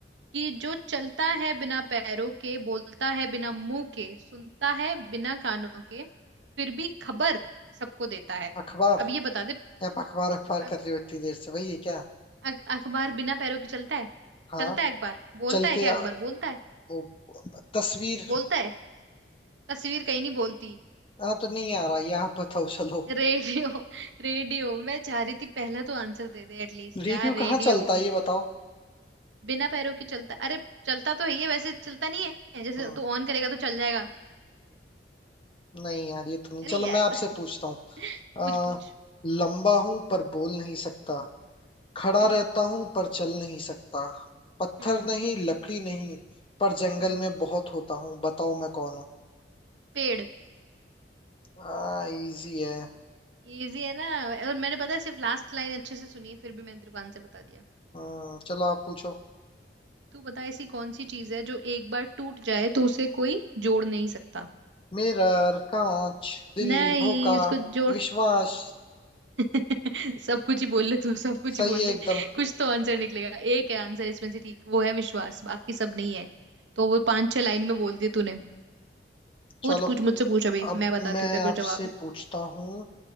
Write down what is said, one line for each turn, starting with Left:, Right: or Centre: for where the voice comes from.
Right: कि जो चलता है बिना पैरों के बोलता है बिना मुंह के सुनता है बिना कानों के फिर भी खबर सबको देता है
Left: अखबार
Right: अब ये बता दे
Left: आप अखबार अखबार
Right: अख-
Left: कर रहे हो इतनी देर से वही है क्या
Right: अख- अखबार बिना पैरों के चलता है
Left: हाँ
Right: चलता है अखबार बोलता
Left: चल
Right: है
Left: के
Right: क्या
Left: आ,
Right: अखबार बोलता है
Left: वो तस्वीर
Right: बोलता है तस्वीर कहीं नहीं बोलती
Left: हाँ तो नहीं आ रहा ये आप बताओ चलो
Right: रेडियो <laughs> रेडियो मैं चाह रही थी पहला तो आंसर दे दे एटलीस्ट
Left: रेडियो
Right: यार रेडियो
Left: कहाँ चलता है ये बताओ
Right: बिना पैरों के चलता अरे चलता तो है ये वैसे चलता नहीं है जैसे
Left: हाँ।
Right: तू ऑन करेगा तो चल जाएगा
Left: नहीं यार ये तो नहीं
Right: अरे
Left: चलो
Right: यार
Left: मैं आपसे पूछता हूँ
Right: <laughs> पूछ पूछ
Left: अ, लंबा हूं पर बोल नहीं सकता खड़ा
Right: हम्म
Left: रहता हूं पर चल नहीं सकता पत्थर
Right: हम्म
Left: नहीं लकड़ी नहीं पर जंगल
Right: हम्म
Left: में बहुत होता हूँ बताओ मैं कौन हूँ
Right: पेड़
Left: आ, इजी है
Right: इजी है ना और मैंने पता है सिर्फ लास्ट लाइन अच्छे से सुनी है फिर भी मैंने तेरे को आंसर बता दिया
Left: हम्म, चलो आप पूछो
Right: तू बता ऐसी कौन सी चीज है जो एक बार टूट जाए तो उसे कोई जोड़ नहीं सकता
Left: मिरर कांच दिल
Right: नहीं
Left: धोखा
Right: उसको जोड़
Left: विश्वास
Right: <laughs> सब कुछ ही बोल ले तू सब कुछ
Left: सही
Right: ही बोल
Left: है
Right: ले
Left: एकदम
Right: कुछ तो आंसर निकलेगा एक है आंसर इसमें से ठीक वो है विश्वास बाकी सब नहीं है तो वो पांच छह लाइन में बोल दी तूने
Left: चलो
Right: पूछ पूछ मुझसे पूछ अभी
Left: अब
Right: मैं बताती
Left: मैं
Right: हूँ तेरे
Left: आपसे
Right: को जवाब
Left: पूछता हूँ